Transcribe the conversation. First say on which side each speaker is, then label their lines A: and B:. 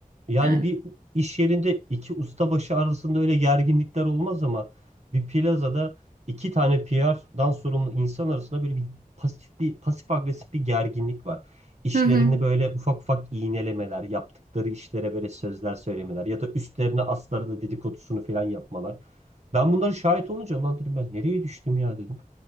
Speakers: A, on the right; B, on the right.
A: Yani
B: Yani.
A: bir iş yerinde iki ustabaşı arasında öyle gerginlikler olmaz ama bir plazada iki tane PR'dan sorumlu insan arasında böyle bir pasif bir pasif agresif bir gerginlik var. İşlerini
B: Hı hı.
A: böyle ufak ufak iğnelemeler, yaptıkları işlere böyle sözler söylemeler ya da üstlerine aslarını dedikodusunu falan yapmalar. Ben bunları şahit olunca lan dedim ben nereye düştüm ya dedim.